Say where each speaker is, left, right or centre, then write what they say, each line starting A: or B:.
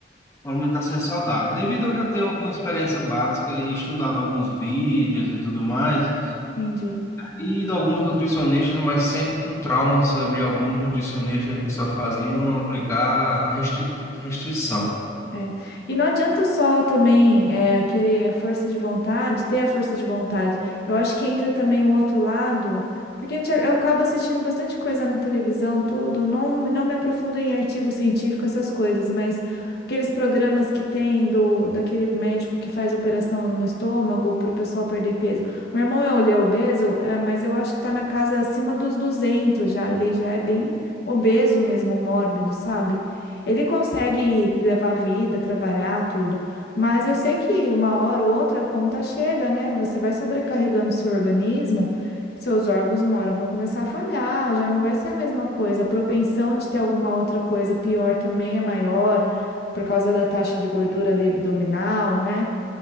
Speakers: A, on the left; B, on the left.
A: uma alimentação saudável. Devido a eu já ter alguma experiência básica e estudado alguns vídeos e tudo mais,
B: entendi.
A: e de alguns nutricionistas, mas sempre com trauma sobre alguns nutricionistas que só faziam aplicar restri restrição.
B: É. E não adianta só também é, querer a força de vontade, ter a força de vontade. Eu acho que entra também o outro lado, porque a gente, eu acabo assistindo bastante coisa na televisão, tudo. Não, não me aprofundo em artigo científico, essas coisas, mas aqueles programas que tem do, daquele médico que faz operação no estômago para o pessoal perder peso. Meu irmão é, ele é obeso, é, mas eu acho que está na casa acima dos 200 já. Ele já é bem obeso mesmo, mórbido, sabe? Ele consegue levar a vida, trabalhar, tudo. Mas eu sei que uma hora ou outra a conta chega, né? Você vai sobrecarregando seu organismo, seus órgãos uma hora vão começar a falhar, já não vai ser a mesma coisa. A propensão de ter alguma outra coisa pior também é maior, por causa da taxa de gordura ali abdominal, né?